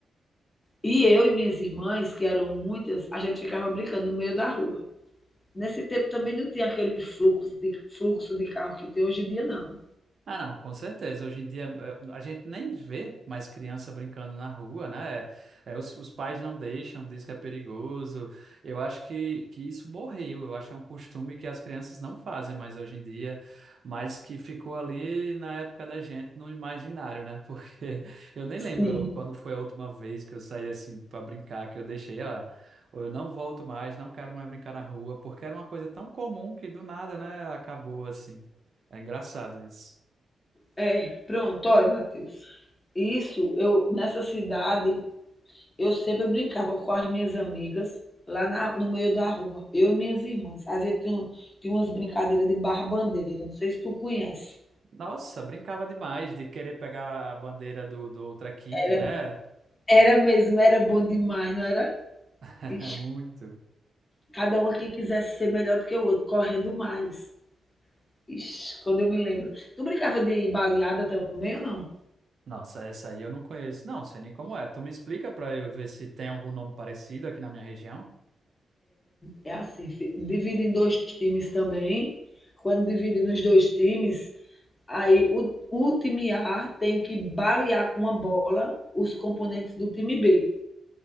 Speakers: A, on the left (about 25°); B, on the right (about 55°).
A: E eu e minhas irmãs, que eram muitas, a gente ficava brincando no meio da rua. Nesse tempo também não tinha aquele fluxo de, fluxo de carro que tem hoje em dia, não.
B: Ah, não, com certeza. Hoje em dia eh, a gente nem vê mais criança brincando na rua, né? É, os, os pais não deixam, diz que é perigoso. Eu acho que, que isso morreu. Eu acho que é um costume que as crianças não fazem mais hoje em dia, mas que ficou ali na época da gente, no imaginário, né? Porque <laughs> eu nem
A: Sim.
B: lembro quando foi a última vez que eu saí assim para brincar, que eu deixei, ah, eu não volto mais, não quero mais brincar na rua, porque era uma coisa tão comum que do nada, né, acabou assim. É engraçado isso.
A: É, pronto, olha, Matheus. Isso, eu nessa cidade, eu sempre brincava com as minhas amigas lá na- no meio da rua, eu e minhas irmãs. Às vezes tinha, um- tinha umas brincadeiras de barra-bandeira, não sei se tu conhece.
B: Nossa, brincava demais de querer pegar a bandeira do, do outra equipe,
A: Era,
B: né?
A: era mesmo, era bom demais, não era?
B: <laughs>
A: Ixi,
B: Muito.
A: cada um que quisesse ser melhor do que o outro, correndo mais. Ixi, quando eu me lembro. Tu brincava de baleada também ou não?
B: Nossa, essa aí eu não conheço. Não, sei nem como é. Tu me explica pra eu ver se tem algum nome parecido aqui na minha região?
A: É assim, fi- divide em dois times também. Quando divide nos dois times, Aí o, o time A tem que balear com uma bola os componentes do time B.